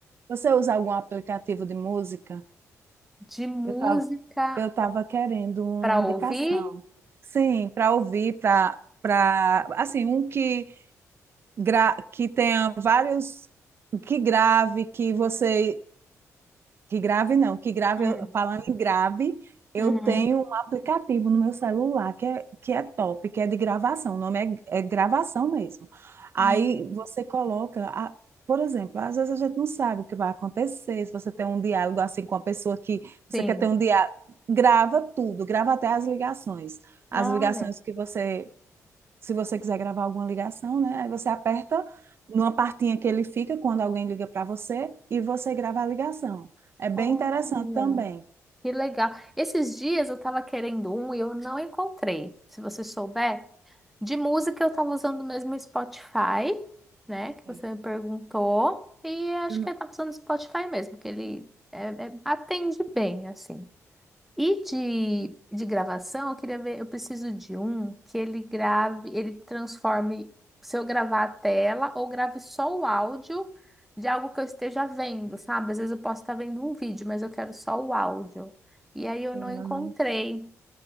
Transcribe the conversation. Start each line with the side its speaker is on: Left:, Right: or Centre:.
Right: Você usa algum aplicativo de música?
Centre: De música
Right: Eu tava, eu tava querendo uma
Centre: para
Right: indicação.
Centre: ouvir?
Right: Sim, para ouvir, para para assim, um que gra, que tenha vários que grave, que você que grave não, que grave,
Centre: Hum,
Right: eu- falando em grave, eu
Centre: uhum.
Right: tenho um aplicativo no meu celular que é, que é top, que é de gravação, o nome é, é gravação mesmo. Aí
Centre: Hum,
Right: você coloca, a- por exemplo, às vezes a gente não sabe o que vai acontecer, se você tem um diálogo assim com a pessoa que você
Centre: sim.
Right: quer ter um diálogo, grava tudo, grava até as ligações, as
Centre: Olha,
Right: ligações que você se você quiser gravar alguma ligação, né? Aí você aperta numa partinha que ele fica quando alguém liga para você e você grava a ligação. É bem
Centre: olha.
Right: interessante também.
Centre: Que legal. Esses dias eu tava querendo um e eu não encontrei. Se você souber, de música eu tava usando mesmo o Spotify, né? Que
Right: Sim.
Centre: você me perguntou. E acho
Right: Eu não,
Centre: que eu tava usando o Spotify mesmo, que ele é- é- atende bem, assim. E de, de gravação, eu queria ver, eu preciso de um que ele grave, ele transforme, se eu gravar a tela ou grave só o áudio de algo que eu esteja vendo, sabe? Às vezes eu posso estar vendo um vídeo, mas eu quero só o áudio. E aí eu
Right: eu
Centre: não encontrei.
Right: não,